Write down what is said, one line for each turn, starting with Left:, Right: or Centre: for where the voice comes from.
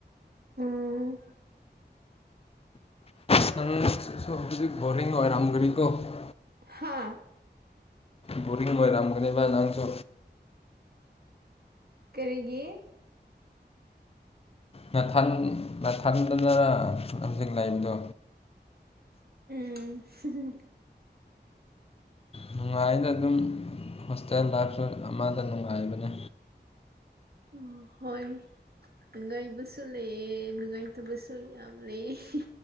Right: ꯎꯪ
Left: UNINTELLIGIBLE
Right: ꯍꯥ
Left: ꯕꯣꯔꯤꯡ ꯑꯣꯏꯔꯝꯒꯅꯤꯕ ꯅꯪꯖꯨ
Right: ꯀꯔꯤꯒꯤ
Left: ꯅꯥꯊꯟ ꯅꯥꯊꯟꯗꯅ ꯂꯝꯖꯤ ꯂꯩꯕꯗꯣ
Right: ꯎꯝ ꯍꯨꯝ꯬꯬
Left: ꯅꯨꯡꯉꯥꯏꯅ ꯑꯗꯨꯝ ꯍꯣꯁꯇꯦꯜ ꯗꯁꯨ ꯑꯃꯗ ꯅꯨꯡꯉꯥꯏꯕꯅꯦ
Right: ꯎꯝ ꯍꯣꯏ ꯅꯨꯡꯉꯥꯏꯕꯁꯨ ꯂꯩꯑꯦ ꯅꯨꯡꯉꯥꯏꯇꯕꯁꯨ ꯌꯥꯝ ꯂꯩꯌꯦ